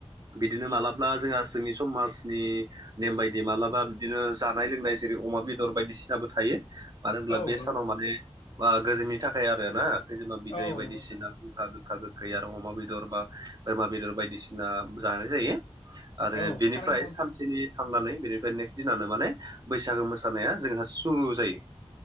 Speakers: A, on the right; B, on the left.
A: बिदिनो मालाबा जोंहा जोंनि समाजनि नेम बायदि मालाबा बिदिनो जानाय लोंनाय जेरै अमा बेदर बायदिसिनाबो थायो। मानो होनब्ला
B: औ
A: बे
B: नंगौ
A: सानाव माने गोजोननि थाखाय आरो ना खैजोमा बिदै
B: औ
A: बायदिसिना
B: नंगौ नोंथां
A: खुंखा गोखा गोखै आरो अमा बेदर बा बोरमा बेदर बायदिसिना जानाय जायो। आरो
B: औ
A: बेनिफ्राय
B: थारैनो नंगौ नोंथां
A: सानसेनि थांनानै बेनिफ्राय नेक्स्ट दिनानो माने बैसागो मोसानाया जोंहा सुरु जायो।